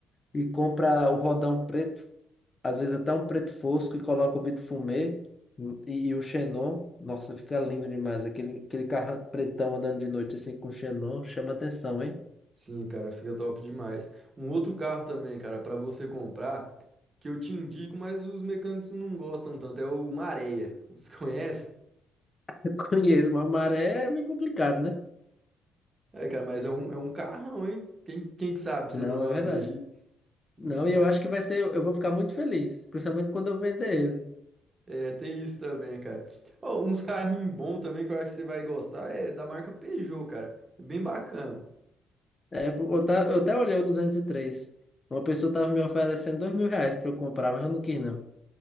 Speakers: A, on the left; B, on the right.
A: e compra o rodão preto. Às vezes até um preto fosco e coloca o vidro fumê hum, e, e o xenon. Nossa, fica lindo demais. Aquele, aquele carro pretão andando de noite assim com xenon chama atenção, hein?
B: Sim, cara, fica top demais. Um outro carro também, cara, pra você comprar, que eu te indico, mas os mecânicos não gostam tanto, é o Mareia. Você <laughs> conhece?
A: <laughs> Eu conheço, mas maré é meio complicado, né?
B: É, cara, mas é um, é um carrão, hein? Quem, quem que sabe você
A: Não,
B: não anda
A: é verdade.
B: aí?
A: Não,
B: Não
A: e eu
B: vai-
A: acho que vai ser, eu vou ficar muito feliz, principalmente quando eu vender ele.
B: É, tem isso também, cara. Ó, uns carrinhos bons também que eu acho que você vai gostar é da marca Peugeot, cara. É bem bacana.
A: É, eu, tá, eu até olhei o 203. Uma pessoa tava me oferecendo dois mil reais pra eu comprar, mas eu não quis, não.